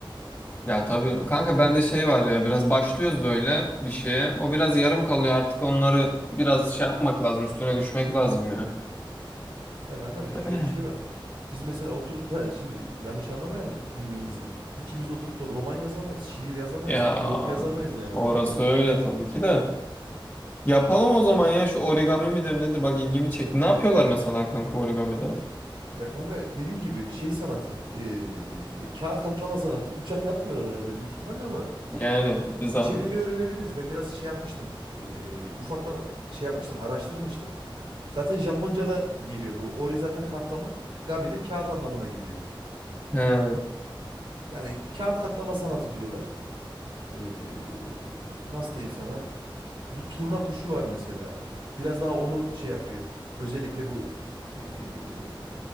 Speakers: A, on the left (about 20°); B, on the right (about 70°).
A: Ya tabii kanka bende
B: <laughs>
A: şey var ya biraz başlıyoruz böyle bir şeye o biraz yarım kalıyor artık onları biraz şey yapmak lazım üstüne düşmek lazım ya.
B: Ya kanka bir de
A: <clears throat>
B: şöyle bir şey var. Biz mesela oturup da <laughs> şimdi yanlış anlamayalım birbirimizi. İkimiz de oturup da roman yazamayız, şiir yazamayız,
A: Ya
B: blog yazamayız yani
A: orası
B: anladın mı?
A: öyle tabii ki de yapalım o
B: <laughs>
A: zaman ya şu origami midir nedir bak ilgimi çekti ne yapıyorlar mesela kanka origamide
B: Ya kanka dediğim gibi şey sanatı, eee, kağıt katlama sanatı. Uçak yapmıyorlar herhalde büyük ihtimalle ama
A: yani
B: i-
A: bir zahmet.
B: içeriğini öğrenebiliriz. Ben biraz şey yapmıştım, eee, ufaktan şey yapmıştım, araştırmıştım. Zaten Japonca'da geliyor bu. Ori zaten katlama, gami de kağıt anlamına geliyor.
A: He,
B: Yani kağıt katlama sanatı diyorlar. Eee, nasıl diyeyim sana? Bu turna kuşu var mesela. Biraz daha onu şey yapıyor. Özellikle bu eee,